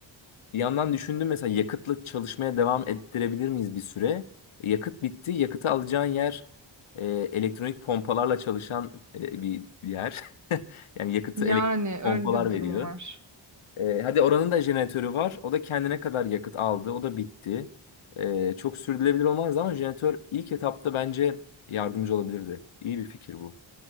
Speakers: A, on the left; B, on the right.
A: bir yandan düşündüm mesela yakıtla çalışmaya devam ettirebilir miyiz bir süre? E, Yakıt bitti, yakıtı alacağın yer e, elektronik pompalarla çalışan e, bir yer. <laughs> Yani yakıtı
B: Yani
A: elektrik
B: öyle
A: pompalar
B: de bir
A: veriyor.
B: durum var.
A: Ee, hadi oranın da jeneratörü var. O da kendine kadar yakıt aldı. O da bitti. Ee, çok sürdürülebilir olmaz ama jeneratör ilk etapta bence yardımcı olabilirdi. İyi bir fikir bu.